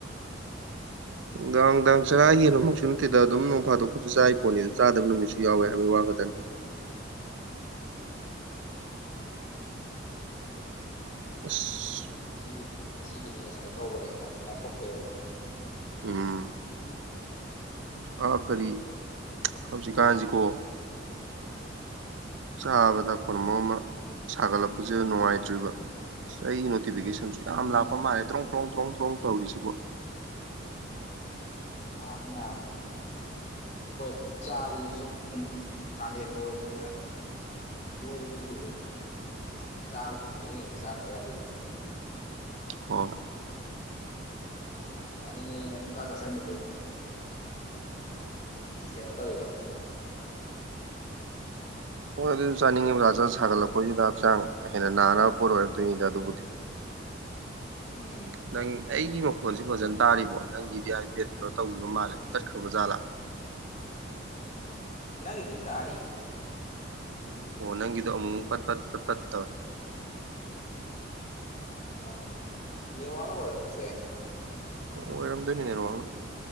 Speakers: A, on the left; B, on the right.
A: <inaudible>
B: ꯅꯨꯡꯗꯥꯡ ꯅꯨꯡꯗꯥꯡ ꯆꯔꯥ ꯌꯦꯅꯨꯃꯛꯁꯨ ꯅꯠꯇꯦꯗ ꯑꯗꯨꯝ ꯅꯣꯡ ꯐꯥꯗꯣꯛꯄꯁꯨ ꯆꯥꯔꯤ ꯄꯣꯠꯅꯤ ꯆꯥꯗꯕ ꯅꯨꯃꯤꯠꯁꯨ ꯌꯥꯎꯋꯦ ꯍꯥꯏꯕꯩ ꯋꯥꯈꯇꯅꯤ ꯑꯁ
A: ꯁꯤꯒꯤ ꯉꯁꯤꯒꯤꯗꯤ ꯉꯁꯥꯏ ꯇꯧꯒꯔꯦꯕ ꯉꯁꯥꯏ ꯆꯥꯊꯣꯛꯇꯦꯕ
B: ꯎꯝ ꯑꯥ ꯀꯔꯤ ꯍꯧꯖꯤꯛꯀꯥꯟꯁꯤꯀꯣ ꯆꯥꯕꯗ ꯄꯨꯝꯃꯛ ꯑꯃ ꯁꯥꯒꯠꯂꯛꯄꯁꯤꯗ ꯅꯨꯡꯉꯥꯏꯇ꯭ꯔꯤꯕ ꯑꯩ ꯑꯩ ꯅꯣꯇꯤꯐꯤꯀꯦꯁꯟꯁꯨ ꯌꯥꯝ
A: ꯉꯥꯟꯕ
B: ꯂꯥꯛꯄ ꯃꯥꯜꯂꯦ ꯇ꯭ꯔꯣꯡ ꯇ꯭ꯔꯣꯡ ꯇ꯭ꯔꯣꯡ ꯇ꯭ꯔꯣꯡ ꯇꯧꯔꯤꯁꯤꯕꯨ
A: <unintelligible> ꯍꯣꯏ ꯆꯥꯕꯗꯨꯁꯨ ꯀꯥꯂꯦꯟ ꯑꯣꯏꯕꯅꯤꯅ ꯅꯣꯡꯖꯤ <unintelligible> ꯆꯥꯕꯗ ꯌꯦꯡ ꯌꯦꯡ ꯆꯥꯗ ꯌꯥꯗꯦꯕ
B: ꯍꯣꯏ
A: ꯆꯅꯤꯡꯉꯦꯅ ꯄꯪꯆꯥ ꯆꯥꯁꯤꯟꯕꯁꯨ <unintelligible>
B: ꯍꯣꯏ ꯑꯗꯨ ꯆꯥꯅꯤꯡꯉꯤꯕꯖꯥꯖꯥ ꯁꯥꯒꯠꯂꯛꯄꯁꯤꯗ ꯍꯛꯆꯥꯡ ꯍꯦꯟꯅ ꯅꯥꯅꯕ ꯄꯣꯠ ꯑꯣꯏꯔꯛꯇꯣꯏꯅꯤꯗ ꯑꯗꯨꯕꯨꯗꯤ
A: ꯎꯝ
B: ꯅꯪ ꯑꯩꯒꯤ ꯃꯈꯣꯟꯁꯤ ꯐꯖꯅ ꯇꯥꯔꯤꯕꯣ ꯅꯪꯒꯤ ꯗꯤ ꯄꯦꯠ ꯀꯩꯅꯣ ꯇꯧꯈꯤꯕ ꯃꯥꯜꯂꯦ ꯇꯠꯈꯔꯕ ꯖꯥꯠꯂꯥ
A: ꯅꯪꯒꯤꯗꯤ ꯇꯥꯔꯤ
B: ꯑꯣ ꯅꯪꯒꯤꯗꯣ ꯑꯃꯨꯛ ꯄꯠ ꯄꯠ ꯄꯠ ꯄꯠ ꯇꯧꯋꯦ
A: ꯑ ꯅꯦꯠꯋꯥꯛꯅ ꯑꯣꯏꯔꯝꯕꯁꯨ ꯌꯥꯏ
B: ꯑꯣ ꯑꯣꯏꯔꯝꯗꯣꯏꯅꯤ ꯅꯦꯠꯋꯥꯛꯅ